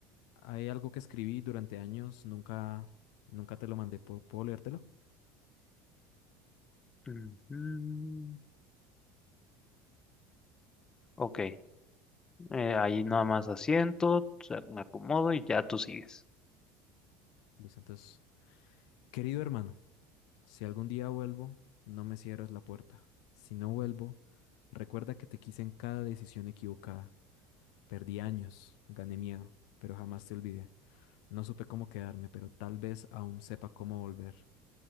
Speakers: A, on the left; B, on the left.
A: hay algo que escribí durante años, nunca, nunca te lo mandé. ¿Puedo, puedo leértelo?
B: Ujú. Ok, eh, ahí nada más asiento, o sea, me acomodo y ya tú sigues.
A: Listo, entonces, querido hermano, si algún día vuelvo, no me cierres la puerta. Si no vuelvo, recuerda que te quise en cada decisión equivocada. Perdí años, gané miedo, pero jamás te olvidé. No supe cómo quedarme, pero tal vez aún sepa cómo volver.